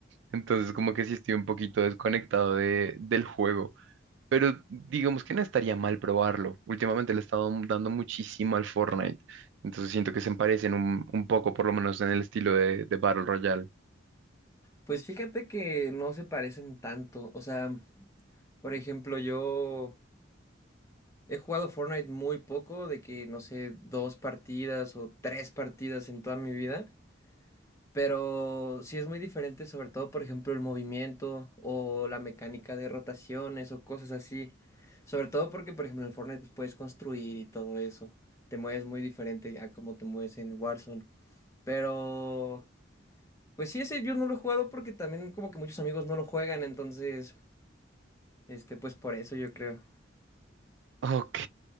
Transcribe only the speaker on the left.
Pues fíjate que no se parecen tanto. O sea, por ejemplo, yo he jugado Fortnite muy poco, de que no sé, dos partidas o tres partidas en toda mi vida. Pero sí es muy diferente, sobre todo, por ejemplo, el movimiento o la mecánica de rotaciones o cosas así. Sobre todo porque, por ejemplo, en Fortnite pues, puedes construir y todo eso. Te mueves muy diferente a como te mueves en Warzone. Pero, pues sí, ese yo no lo he jugado porque también como que muchos amigos no lo juegan, entonces, este, pues por eso yo creo.